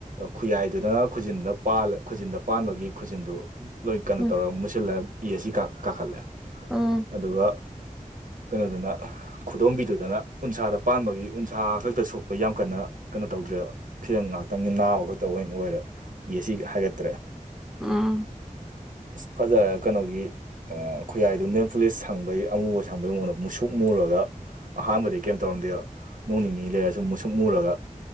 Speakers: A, on the right; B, in the centre.
A: ꯈꯨꯌꯥꯏꯗꯨꯗꯅ ꯈꯨꯖꯤꯟꯗꯨꯅꯥꯜꯂ ꯈꯨꯖꯤꯟꯗ ꯄꯥꯟꯕꯒꯤ ꯈꯨꯖꯤꯟꯗꯨ ꯂꯣꯏ ꯀꯩꯅꯣ
B: ꯎꯝ
A: ꯇꯧꯔꯒ ꯃꯨꯁꯤꯜꯂꯒ ꯄꯤ ꯑꯁꯤ ꯀꯥꯈꯠꯂꯦ
B: ꯎꯝ
A: ꯑꯗꯨꯒ ꯀꯩꯅꯣꯗꯨꯅ ꯈꯨꯗꯣꯝꯕꯤꯗꯨꯗꯅ ꯎꯟꯁꯥꯗ ꯄꯥꯟꯕꯒꯤ ꯎꯟꯁꯥ ꯈꯛꯇ ꯁꯣꯛ ꯑꯩꯈꯣꯏ ꯌꯥꯝ ꯀꯟꯅ ꯀꯩꯅꯣ ꯇꯧꯗ꯭ꯔꯦꯕ ꯐꯈꯤꯖ ꯉꯥꯏꯍꯥꯛꯇꯪꯒꯤ ꯅꯥꯕ ꯈꯛꯇ ꯑꯣꯏꯅ ꯑꯣꯏꯔꯦ ꯌꯦ ꯁꯤ ꯍꯥꯏꯒꯠꯇ꯭ꯔꯦ
B: ꯑꯥ
A: ꯏꯁ ꯐꯖꯔꯦ ꯀꯩꯅꯣꯒꯤ ꯈꯨꯌꯥꯏꯗꯨ ꯅꯜ ꯄꯨꯂꯤꯁ ꯁꯪꯕꯩ ꯑꯃꯨꯕ ꯁꯪꯕꯩ ꯃꯉꯣꯟꯗ ꯃꯨꯛꯁꯨꯛ ꯃꯨꯔꯒ ꯑꯍꯥꯟꯕꯗꯤ ꯀꯩꯝ ꯇꯧꯔꯝꯗꯦꯕ ꯅꯣꯡ ꯅꯤꯅꯤ ꯂꯩꯔꯁꯤ ꯁꯨꯝ ꯃꯨ ꯁꯨꯝ ꯃꯨꯔꯒ